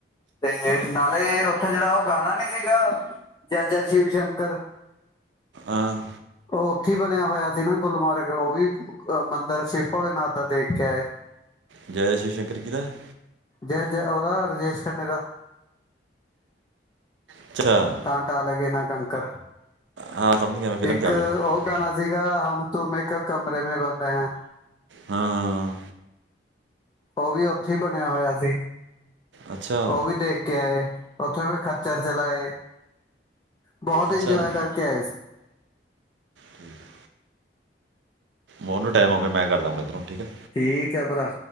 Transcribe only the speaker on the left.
ਤੇ ਨਾਲੇ ਉੱਥੇ ਜਿਹੜਾ ਉਹ ਗਾਣਾ ਨੀ ਸੀਗਾ ਜੈ ਜੈ ਸ਼ਿਵ ਸ਼ੰਕਰ
ਉਹ ਔਥੇ ਬਣਿਆ ਹੋਇਆ ਸੀ ਨਾ ਗੁਲਮਰਗ ਉਹ ਵੀ ਅ ਮੰਦਿਰ ਸ਼ਿਵ ਭਲੇ ਨਾਥ ਦਾ ਦੇਖ ਕੇ ਆਏ
ਜੈ ਜੈ ਔਹਦਾ ਰਜੇਸ਼ ਖੇ ਦਾ
ਕਾਂਟਾ ਲਗੇ ਨਾ ਕੰੰਕਰ
ਇੱਕ
ਔਹ ਗਾਣਾ ਸੀਗਾ ਹਮ ਤੁਮ ਮੈਂ ਇੱਕ ਕਮਰੇ ਮੇ ਬੰਦੇ ਹੈ
ਉਹ ਵੀ ਉੱਥੇ ਹੀ ਬਣਿਆ ਹੋਇਆ ਸੀ
ਉਹ ਵੀ ਦੇਖ ਕੇ ਆਏ ਉੱਥੇ ਵੀ ਖੱੱਚਰ ਚਲਾਏ ਬਹੁਤ
ਇੰਜੋਏ ਕਰਕੇ ਆਏ ਸੀ
ਠੀਕ ਹੈ ਭਰਾ